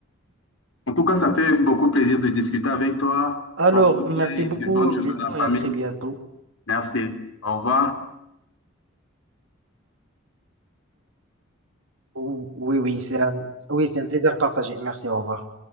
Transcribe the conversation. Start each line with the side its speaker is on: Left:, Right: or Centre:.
Left: En tout cas, ça fait beaucoup plaisir de discuter avec toi.
Right: Alors,
Left: Porte-toi
Right: merci
Left: bien et
Right: beaucoup,
Left: de bonnes choses
Right: Viton,
Left: à la famille.
Right: et à très bientôt.
Left: Merci. Au revoir.
Right: Oui, oui, c'est un- oui, c'est un plaisir partagé. Merci, au revoir.